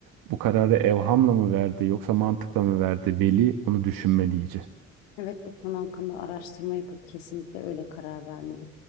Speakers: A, on the right; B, on the left.
A: bu kararı evhamla mı verdi yoksa mantıkla mı verdi? Veli onu düşünmeli iyice.
B: Evet bu konu hakkında araştırma yapıp kesinlikle öyle karar vermeli.